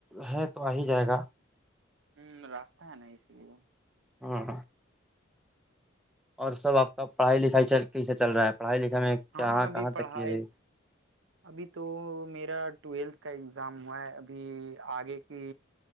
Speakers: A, in the centre; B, on the right.
A: ہے تو آ ہی جائے گا
B: ہوں رستہ نہیں ہے نہ اس لیے
A: ہاں <inaudible> اور سب آپ کا پڑھائی لکھائی کیسے چل رہا ہے پڑھائی لکھائی
B: ہاں
A: کہاں
B: ابھی پڑھائی
A: تک کیے ہیں
B: ابھی تو میرا ٹویلتھ کا اگزام ہوا ہے ابھی آگے کی